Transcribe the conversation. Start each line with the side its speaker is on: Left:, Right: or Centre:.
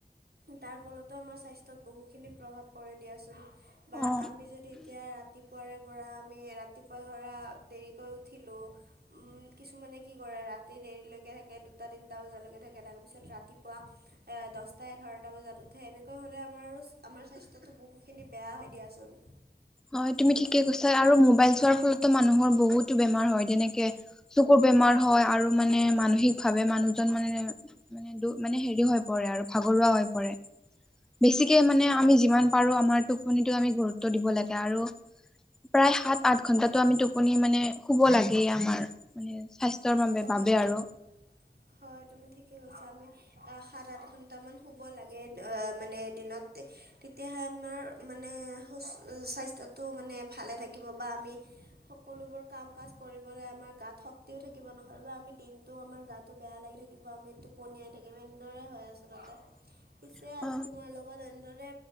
Right: তাৰ ফলতো আমাৰ স্বাস্থ্যত বহুখিনি প্ৰভাৱ পৰে দিয়াচোন বা
Centre: অ
Right: আমি যদি এতিয়া ৰা ৰাতিপুৱাৰে পৰা আমি ৰাতিপুৱা ধৰা দেৰিকৈ উঠিলোঁ উম কিছুমানে কি কৰে ৰাতি দেৰিলৈকে থাকে দুটা তিনিটা বজালৈকে থাকে তাৰপিছত ৰাতিপুৱা এ দছটা এঘাৰটা বজাত উঠে এনেকৈ হলে আমাৰ আৰু আমাৰ স্বাস্থ্যত টো বহুখিনি বেয়া হয় দিয়াচোন
Centre: হয় তুমি ঠিকে কৈছা আৰু মোবাইল চোৱাৰ ফলতো মানুহৰ বহুতো বেমাৰ হয় যেনেকে চকুৰ বেমাৰ হয় আৰু মানে মানসিক ভাৱে মানুহজন মানে মানে দু মানে হেৰি হয় পৰে আৰু ভাগৰুৱা হৈ পৰে বেছিকে মানে, আমি যিমান পাৰোঁ, আমাৰ টোপনিতো আমি গুৰুত্ব দিব লাগে। আৰু, প্ৰায় সাত, আঠ ঘন্টাটো আমি টোপনি মানে শুব লাগেই আমাৰ। মানে স্বাস্থ্যৰ বাবে,
Right: হয়
Centre: বাবে আৰু।
Right: তুম হয়, তুমি ঠিকে কৈছা, আমি আহ সাত, আঠ ঘন্টা মান শুব লাগে আহ মানে দিনত। তেতিয়াহে আমাৰ মানে সু স্বাস্থ্যটো মানে ভালে থাকিব বা আমি সকলোবোৰ কাম-কাজ কৰিবলৈ আমাৰ গাত শক্তিও থাকিব থাকিব নহ'লে বা আমি দিনটো আমাৰ গাটো বেয়া লাগি থাকিব আমি টোপনি আহি থাকিব এনেদৰেই হয় আচলতে।
Centre: <inaudible>
Right: পিছে আজি
Centre: অ
Right: তোমাৰ লগত এনেদৰে